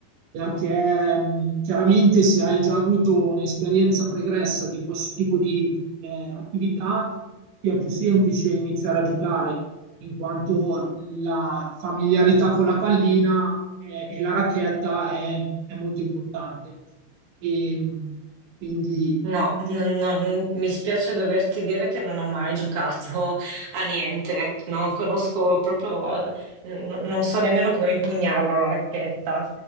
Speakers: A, on the right; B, on the right.
A: perché mh, chiaramente se hai già avuto un'esperienza pregressa di questo tipo di eh, attività, ti è più semplice iniziare a giocare, in quanto la familiarità con la pallina eh, e la racchetta è è molto importante. E, quindi,
B: No, n- non- mi spiace doverti dire che non ho mai giocato a niente. Non conosco proprio, n- non so nemmeno come impugnarla una racchetta.